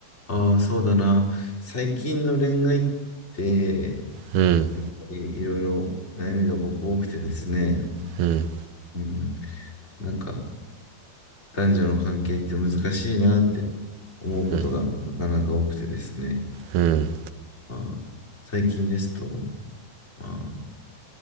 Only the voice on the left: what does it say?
ああ、そうだな。最近の恋愛って、
やっぱりいろいろ悩みが僕多くてですね、
うん。なんか、男女の関係って難しいなって思うことがなかなか多くてですね。
まあ、最近ですと、まあ、